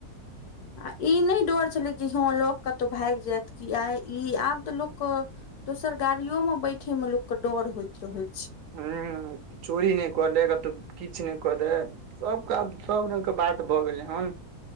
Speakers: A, on the left; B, on the right.
A: <inaudible> आ इ नहि डर छलै कि हँ लऽ कऽ कतहु भाइग जाइत कि आइ इ आब तऽ लोक कऽ दोसर गाड़ियोमे बैठयमे लोककेँ डर होइत रहैत छै
B: हूँ चोरी नहि कऽ लेग किछ नहि कऽ दैत सब केँ आब सब रंग केँ बात भऽ गेलै हन